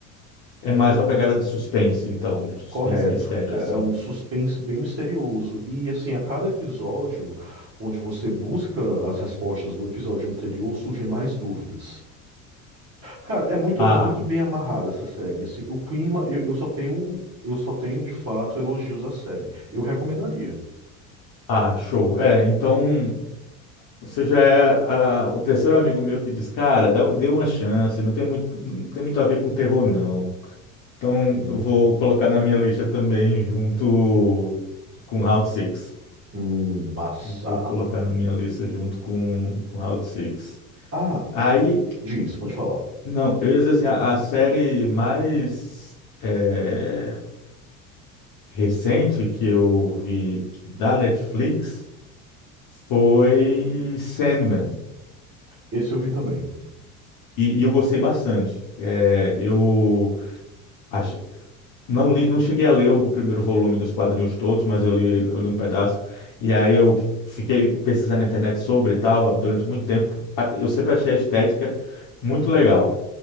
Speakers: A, on the left (about 50°); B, on the right (about 30°).
A: É mais uma pegada de suspense, então, suspense
B: Correto.
A: e mistério,
B: É,
A: assim.
B: é um suspense bem misterioso. E, assim, a cada episódio, onde você busca as respostas do episódio anterior, surgem mais dúvidas. Cara, é muito,
A: Ah,
B: é muito bem amarrada essa série. Assim, o clima, eu, eu só tenho, eu só tenho de fato elogios à série. Eu recomendaria.
A: ah, show. É, então, você já é ah, o terceiro amigo meu que diz, cara, dá, dê uma chance, não tem muito, não tem muito a ver com terror, não. Então,
B: Uhum.
A: eu vou colocar na minha lista também, junto com Round Six.
B: Hum, massa.
A: Vou colocar na minha lista junto com, com Round Six.
B: Ah,
A: Aí,
B: diz, pode falar.
A: não, eu ia dizer assim, a, a série mais é, recente que eu vi da Netflix Foi Sandman,
B: Esse eu vi também.
A: e, e eu gostei bastante. É, eu ach- não li, não cheguei a ler o primeiro volume dos quadrinhos todos, mas eu li,
B: Uhum.
A: eu li um pedaço. E aí eu fiquei pesquisando na internet sobre e tal durante muito tempo. A- Eu sempre achei a estética muito legal.